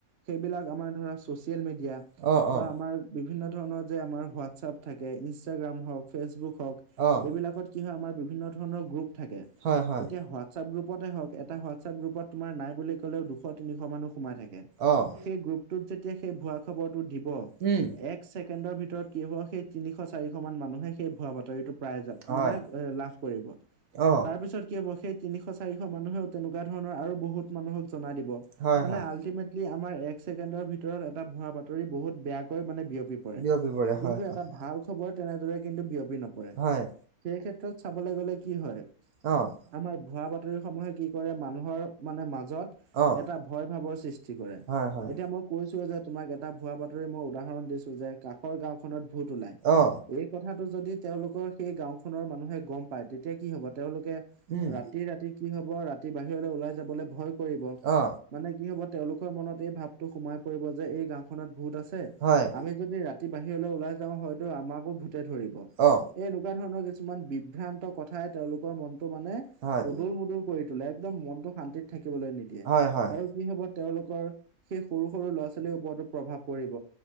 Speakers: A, on the right; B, on the right.
A: সেইবিলাক আমাৰ ধৰা ছ'চিয়েল মিডিয়া
B: অ',
A: বা
B: অ',
A: আমাৰ বিভিন্ন ধৰণৰ যে আমাৰ হোৱাটছআপ থাকে ইনষ্টাগ্ৰাম হওঁক, ফেচবুক হওঁক।
B: অহ
A: এইবিলাকত কি হয় আমাৰ বিভিন্ন ধৰণৰ গ্ৰুপ থাকে,
B: হয় হয়
A: এতিয়া হোৱা হোৱাটছআপ গ্ৰুপতে হওঁক এটা হোৱাটছআপ গ্ৰুপত তোমাৰ নাই বুলি ক'লেও দুশ তিনিশ মানুহ সোমাই থাকে। সেই
B: অহ
A: গ্ৰুপটোত যেতিয়া সেই ভুৱা খবৰটো দিব
B: উম
A: এক ছেকেণ্ডৰ ভিতৰত কি হ'ব সেই তিনিশ, চাৰিশ মান মানুহে সেই ভুৱা বাতৰিটো পায়ে জা,
B: হয়
A: মানে এ লাভ কৰিব,
B: অ
A: তাৰপিছত কি হ'ব সেই তিনিশ, চাৰিশ মানুহে তেনেকুৱা ধৰণৰ আৰু বহুত মানুহক জনাই দিব।
B: হয়
A: মানে
B: হয়
A: আল্টিমেটলি আমাৰ এক ছেকেণ্ডৰ ভিতৰত এটা ভুৱা বাত বহুত বেয়াকৈ মানে বিয়পি পৰে।
B: বিয়পি পৰে
A: কিন্তু
B: হয় হয়
A: এটা ভাল খবৰ তেনেদৰে কিন্তু বিয়পি নপৰে।
B: হয়
A: সেই ক্ষেত্ৰত চাবলৈ গ'লে কি হয়
B: অ',
A: আমাৰ ভুৱা বাতৰি সমূহে কি কৰে মানুহৰ মানে মাজত,
B: অ
A: এটা ভয় ভাবৰ সৃষ <unintelligible> কৰে,
B: হয় হয়
A: এতিয়া মই কৈছো যে তোমাক এটা ভুৱা বাতৰি মই উদাহৰণ দিছ যে কাষৰ গাওখনত ভূত ওলায়।
B: অ
A: এই কথাটো যদি তেওঁলোকৰ সেই গাওঁখনৰ মানুহে গম পায় তেতিয়া কি হব তেওঁলোকে
B: উম
A: ৰাতি ৰাতি কি হব ৰাতি বাহিৰলৈ ওলাই যাবলে ভয় কৰিব।
B: অ
A: মানে কি হব তেওঁলোকৰ মনত এই ভাবটো সোমাই পৰিব যে এই গাঁওখনত ভূত আছে
B: হয়
A: আমি যদি ৰাতি বাহিৰলৈ ওলাই যাওঁ হয়তো আমাকো ভূতে ধৰিব,
B: অ
A: এই কিবা ধৰণৰ কিছুমান বিভ্ৰান্ত কথাই তেওঁলোকৰ মনতটো মানে
B: হয়
A: উদুল মুদুল কৰি তোলে একদম মনটো শান্তিত থাকিবলৈ নিদিয়ে।
B: হয় হয়
A: আৰু কি হব তেওঁলোকৰ, সেই সৰু সৰু ল'ৰা-ছোৱালীৰ ওপৰত পৰিব,